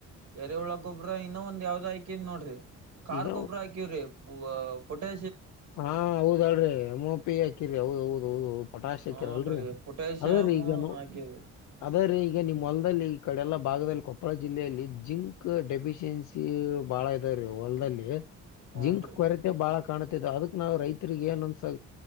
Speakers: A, on the right (about 70°); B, on the left (about 75°).
A: ಎರೆಹುಳ ಗೊಬ್ಬ್ರ ಇನ್ನೊ ಒಂದ್ ಯಾವ್ದ್ ಹಾಕಿದ್ ನೋಡ್ರಿ ಕಾರ್
B: ಇದ
A: ಗೊಬ್ರ ಹಾಕಿವವ್ರಿ ಹ ಪಟೆ
B: ಹಾ ಹೌದಾಡ್ರಿ ಎಮೋಪಿ ಹಾಕಿರಿ ಹೌದ್ ಹೌದ ಹೌದುೌದು ಪಟಾಶ್ ಹಾಕಿರ
A: ಹೂನ್ರಿ
B: ಅಲ್ರಿ
A: ಪೊಟ್ಯಾಸಿಯಮ್
B: ಅದೇ್ರೀ ಈಗೋ
A: ಹಾಕಿವಿ
B: ಅದ್ರೆ ಈಗ ನಿಮ್ಮ್ ಹೊಲ್ದಲ್ಲಿ ಈ ಕಡೆ ಎಲ್ಲ ಭಾಗದಲ್ಲಿ ಕೊಪ್ಪಳ ಜಿಲ್ಲೆಯಲ್ಲಿ ಜಿಂಕ್ ಡೆಫಿಶಿಯನ್ಸಿ ಬಹಳ ಹೊಲ್ದಲ್ಲಿ
A: ಹೂನ್ರಿ
B: ಜಿಂಕ್ ಕೊರತೆ ಬಹಳ ಕಾಣ ಅದಕ್ ನಾವು ರೈತರಿರಿಗೆ ಏನ್ಂದ